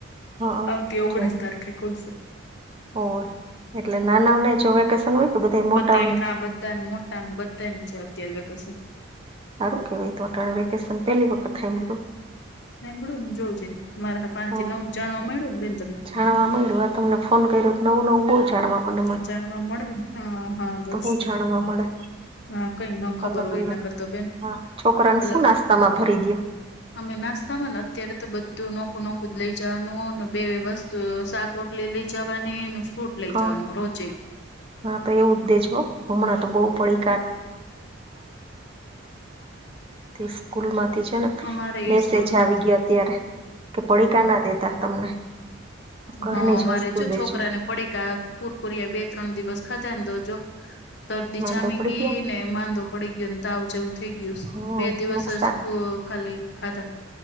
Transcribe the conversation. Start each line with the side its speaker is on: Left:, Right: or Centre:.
Right: હા
Left: આવતી ઓગણીસ
Right: છે
Left: તારીખે ખુલશે.
Right: હોય એટલે નાનાઓને જો વેકેશન હોય કે બધા મોટાઓને
Left: બધ એમના બધાને મોટા બ. <unintelligible>
Right: સારું કેવાય તો વેકેશન પહેલી વખત <unintelligible>
Left: <unintelligible>
Right: હમ જાણવા મળ્યું આ તમને ફોન કર્યો નવું નવું બો જાણવા મળ્યું
Left: જાણવા મળેને હા હા બસ
Right: હું
Left: તો
Right: જાણવા મળે
Left: હા કઈ ન ખબર
Right: અલગ
Left: હોય
Right: અલગ
Left: એના કરતો બેન
Right: હા છોકરાને
Left: અલગ
Right: શું નાસ્તામાં ભરી દયો
Left: અમે નાસ્તામાં ને અત્યારે તો બધું નોખું નખું જ લઈ જવાનું ને બે વ્યવસ્થ તો સાાક રોટલી લઈ જવાની ફ્રૂટ લઈ
Right: હા
Left: જવાનું રોજે
Right: હા તો એવું જ દેેશો હમણાં તો બો પડી. <unintelligible> સ્કૂલ માંથી છે ને
Left: અમારે
Right: મેસેજ
Left: સ્કૂલમાં
Right: આવી
Left: તો
Right: ગીયા અત્યારે કે પડીકા ના દેતા તમને ઘરની
Left: હા અમારે
Right: જ વસ્તુ
Left: જો
Right: દેજો
Left: છોકરા ને પડી કા કોરિયા બે ત્રણ દિવસ ખધાને તો જો સરદીજ
Right: માંદા
Left: જામીગી
Right: પડી ગયા
Left: ને માદો પડી ગીયોને <unintelligible>
Right: હમ
Left: બે દિવસ
Right: નુકસાન
Left: <unintelligible> ખાલી ખાધા.